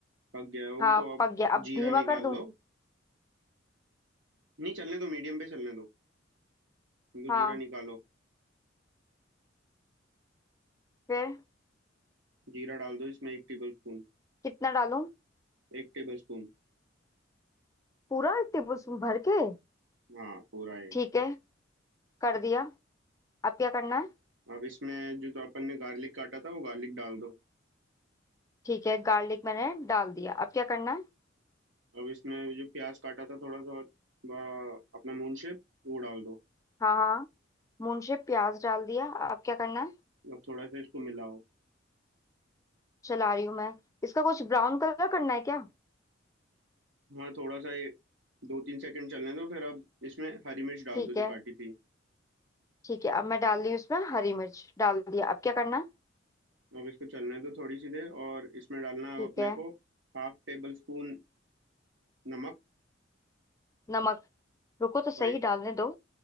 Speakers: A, on the right; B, on the left.
A: पक गया है वो
B: हाँ
A: तो अब
B: पक गया अब
A: जीरा
B: धीमा
A: निकाल
B: कर दूं
A: लो नहीं चलने दो मीडियम पे चलने दो तुम तो
B: हाँ
A: जीरा निकालो
B: फिर
A: जीरा डाल दो इसमें एक टेबल स्पून
B: कितना डालूं
A: एक table spoon
B: पूरा एक टेबल स्पून भर के
A: हाँ पूरा ही
B: ठीक है कर दिया अब क्या करना है
A: अब इसमें जो तो अपन ने गार्लिक काटा था वो गार्लिक डाल दो
B: ठीक है गार्लिक मैंने डाल दिया अब क्या करना है
A: अब इसमें जो प्याज काटा था थोड़ा सा बा- अपना मून शेप वो डाल दो
B: हाँ हाँ मून शेप प्याज डाल दिया अब क्या करना है
A: अब थोड़ा सा इसको मिलाओ
B: चला रही हूँ मैं इसका कुछ ब्राउन कलर करना है क्या
A: हाँ थोड़ा सा ये दो तीन सेकंड चलने दो फिर अब इसमें हरी मिर्च डाल
B: ठीक
A: दो जो
B: है
A: काटी थी
B: ठीक है अब मैं डाल रही हूँ इसमें हरी मिर्च डाल दिया अब क्या करना है
A: अब इसको चलने दो थोड़ी सी देर और इसमें डालना है
B: ठीक
A: अब अपने
B: है
A: को हाफ टेबल स्पून नमक
B: नमक रुको तो सही
A: वाइट
B: डालने दो